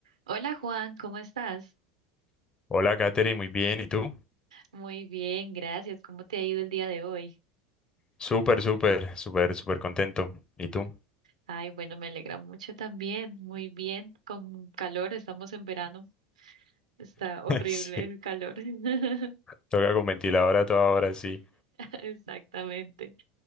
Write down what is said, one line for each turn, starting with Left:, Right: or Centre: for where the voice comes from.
Right: Hola Juan, ¿cómo estás?
Left: Hola, Katherine, muy bien. ¿Y tú?
Right: Muy bien, gracias. ¿Cómo te ha ido el día de hoy?
Left: Súper, súper, súper, súper contento. ¿Y tú?
Right: Ay, bueno, me alegra mucho también. Muy bien, con calor, estamos en verano. Está horrible
Left: <laughs> Sí,
Right: el calor. <laughs>
Left: toca con ventilador a toda hora, sí.
Right: Exactamente.